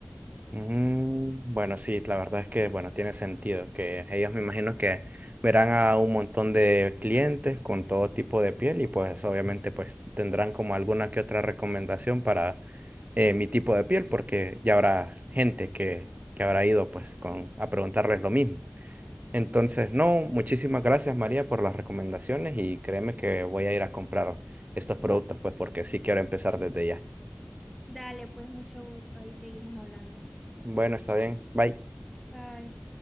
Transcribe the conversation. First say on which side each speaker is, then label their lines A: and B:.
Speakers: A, on the right; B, in the centre.
A: Mm, bueno, sí, la verdad es que, bueno, tiene sentido que ellos me imagino que verán a un montón de clientes con todo tipo de piel y pues obviamente pues tendrán como alguna que otra recomendación para eh, mi tipo de piel, porque ya habrá gente que, que habrá ido pues con, a preguntarles lo mismo. Entonces, no, muchísimas gracias María por las recomendaciones y créeme que voy a ir a comprar estos productos, pues porque sí quiero empezar desde ya.
B: Dale, pues mucho gusto. Ahí seguimos hablando.
A: Bueno, está bien. Bye.
B: Bye.